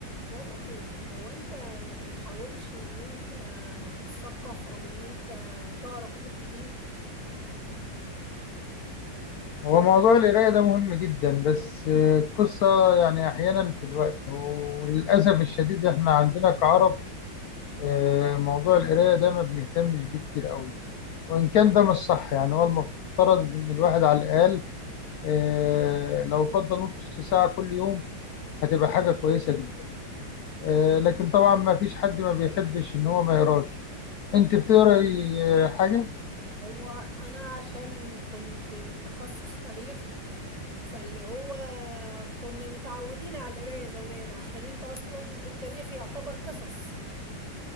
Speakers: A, on the right (about 20°); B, on the left (about 70°).
A: بقولك ايه هو انت ما بتحاولش ان انت تتثقف او ان انت تقرا كتب كتير
B: هو موضوع القراية ده مهم جدا بس آه، القصة يعني أحيانا في الوقت وللأسف الشديد إحنا عندنا كعرب آه، موضوع القراية ده ما بنهتمش بيه كتير قوي وإن كان ده مش صح يعني هو المفترض إن الواحد على الأقل آه، لو فضل نص ساعة كل يوم هتبقى حاجة كويسة جدا آه، لكن طبعا ما فيش حد ما بيحبش إن هو ما يقراش أنت بتقرأي آه، حاجة؟
A: هو انا عشان كنت تخصص تاريخ فاللي هو كنا متعودين على القراية زمان عشان انت اصلا التاريخ يعتبر قصص